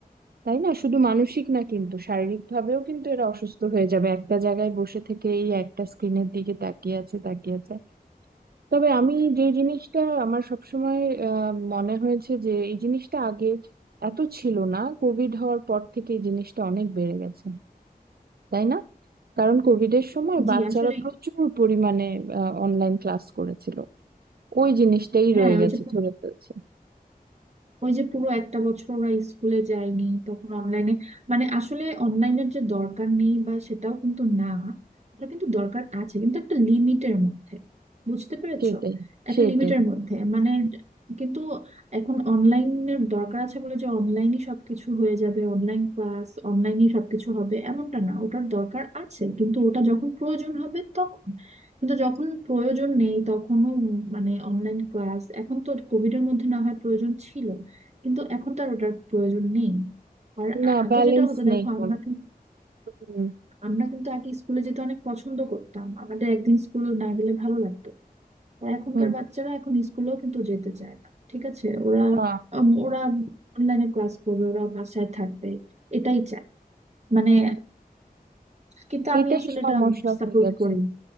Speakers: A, on the right; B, on the right.
A: তাই না শুধু মানসিক না কিন্তু শারীরিক ভাবেও কিন্তু এরা অসুস্থ হয়ে যাবে একটা জায়গায় বসে থেকে এই একটা স্ক্রিনের দিকে তাকিয়ে আছে তাকিয়ে আছে তবে আমি যে জিনিসটা আমার সবসময় আহ মনে হয়েছে যে এই জিনিসটা আগে এত ছিল না কোভিড হওয়ার পর থেকে এই জিনিসটা অনেক বেড়ে গেছে তাই না কারণ কোভিডের সময়
B: জি
A: বাচ্চারা
B: আসলে
A: প্রচুর পরিমাণে অনলাইন ক্লাস করেছিল ওই জিনিসটাই
B: হ্যাঁ
A: রয়ে
B: ওই
A: গেছে
B: যে
A: ধরে ফেলছি
B: ওই যে পুরো একটা বছর ওরা স্কুলে যায়নি তখন অনলাইনে মানে আসলে অনলাইনের যে দরকার নেই বা সেটাও কিন্তু না ওটা কিন্তু দরকার আছে কিন্তু একটা লিমিটের মধ্যে বুঝতে পেরেছো
A: সেটাই
B: একটা
A: সেটাই
B: লিমিটের মধ্যে মানে কিন্তু এখন অনলাইনের দরকার আছে বলে যে অনলাইনই সবকিছু হয়ে যাবে অনলাইন ক্লাস অনলাইনই সবকিছু হবে এমনটা না ওটার দরকার আছে কিন্তু ওটা যখন প্রয়োজন হবে তখন কিন্তু যখন প্রয়োজন নেই তখনও উম মানে অনলাইন ক্লাস এখন তো কোভিড এর মধ্যে না হয় প্রয়োজন ছিল কিন্তু এখন তো আর ওটার প্রয়োজন নেই আর
A: না
B: আ- আগে
A: ব্যালেন্স
B: যেটা হতো দেখো
A: নেই কোনো
B: আমরা কিন্তু
A: হুম,
B: আমরা কিন্তু আগে স্কুলে যেতে অনেক পছন্দ করতাম আমাদের একদিন স্কুল না গেলে ভালো লাগতো আর এখনকার
A: হুম
B: বাচ্চারা এখন স্কুলেও কিন্তু যেতে চায় না ঠিক আছে ওরা
A: না
B: উম, ওরা অনলাইনে ক্লাস করবে ওরা বাসায় থাকবে এটাই চায় মানে
A: হুম,
B: কিন্তু আমি
A: এটাই
B: আসলে
A: সমস্যা
B: এটা সাপোর্ট
A: হয়ে গেছে
B: করি না।